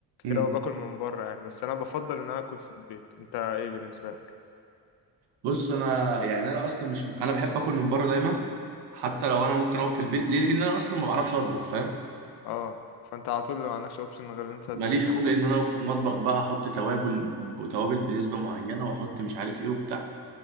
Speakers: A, on the right; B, on the left.
A: امم
B: قوي باكل من بره يعني بس انا بفضل ان انا اكل في البيت انت ايه بالنسبه لك
A: بص انا يعني انا اصلا مش انا بحب اكل من بره دايما حتى لو انا ممكن اقف في البيت ليه لان انا اصلا ما بعرفش اطبخ فاهم
B: اه فانت على طول ما عندكش اوبشن غير ان انت تجيب
A: ماليش
B: من
A: خلق
B: بره
A: ان انا أقف في المطبخ بقى احط توابل ب- توابل بنسبه معينه واحط مش عارف ايه وبتاع